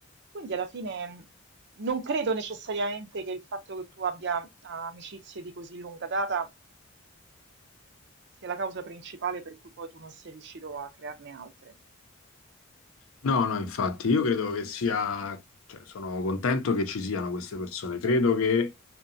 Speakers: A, on the right; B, on the left.
A: quindi alla fine mh, non credo necessariamente che il fatto che tu abbia amicizie di così lunga data sia la causa principale per cui poi tu non sei riuscito a crearne altre.
B: No, no, infatti, io credo che sia, cioè, sono contento che ci siano queste persone, credo che